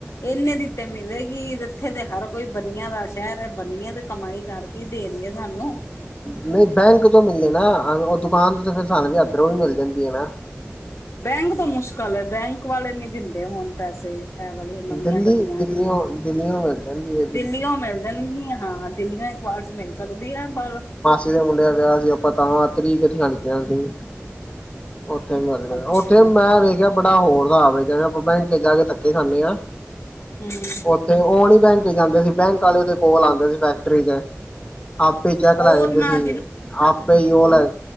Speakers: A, on the left (about 70°); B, on the left (about 25°).
A: ਏਨੇ ਦੀ ਤੇ ਮਿਲੇਗੀ। ਇੱਥੇ ਦੇ ਹਰ ਕੋਈ ਬਨੀਆਂ ਦਾ ਸ਼ਹਿਰ ਐ। ਬਨੀਏ ਤੇ ਕਮਾਈ ਕਰਕੇ ਦੇਣਗੇ ਸਾਨੂੰ।
B: ਨਹੀਂ ਬੈਂਕ ਤੋਂ ਮਿਲਨੇ ਨਾ। ਉਹ ਦੁਕਾਨ ਤੋਂ ਤੇ ਫਿਰ ਸਾਨੂੰ ਵੀ ਅਦਰੋਂ ਵੀ ਮਿਲ ਜਾਂਦੀ ਐ ਨਾ।
A: ਬੈਂਕ ਤੋਂ ਮੁਸ਼ਕਲ ਐ। ਬੈਂਕ ਵਾਲੇ ਨੀ ਦਿੰਦੇ ਹੁਣ ਪੈਸੇ। ਐ ਵਾਲੀ ਹਿਰ ਨਵੀਆਂ
B: ਦਿੱਲੀ
A: ਗੱਡੀਆਂ।
B: ਦਿੱਲੀਓ ਦਿੱਲੀਓ ਮਿਲ ਜਾਂਦੀ ਹੈ
A: ਦਿੱਲੀਓ ਮਿਲ ਜਾਣਗੀਆਂ, ਹਾਂ। ਦਿੱਲੀਓ ਇਹ ਕਬਾੜ 'ਚ ਮਿਲ ਸਕਦੀਐ। ਪਰ
B: ਇਹ ਦਾ ਮੁੰਡੇ ਵਿਆਹ ਸੀ। ਆਪਾਂ ਤਾਂ ਤਰੀਕ ਇਥੇ ਦਾ ਰੱਖਿਆ ਸੀ। ਉੱਥੇ ਈ ਮਰਲੇਗਾ।
A: ਅੱਛਾ
B: ਉੱਥੇ ਮੈਂ ਵੇਖ ਵੇਖਿਆ, ਬੜਾ ਹੋਰ ਸਾਬ ਏ। ਜਿਵੇਂ ਆਪਾਂ ਬੈਂਕ 'ਚ ਜਾ ਕੇ ਧੱਕੇ ਖਾਂਨੇ ਆ
A: ਹਮ
B: ਉੱਥੇ, ਉਹ ਨੀ ਬੈਂਕ ਜਾਂਦੇ ਸੀ। ਬੈਂਕ ਆਲੇ ਉਹਦੇ ਕੋਲ ਆਉਂਦੇ ਸੀ। ਫੈ ਟਰੀ 'ਚ ਆਪੇ ਚੈੱਕ
A: ਉਹਨਾਂ
B: ਲੈ ਜਾਂਦੇ ਸੀ। ਆਪੇ ਈ ਉਹ ਲੈ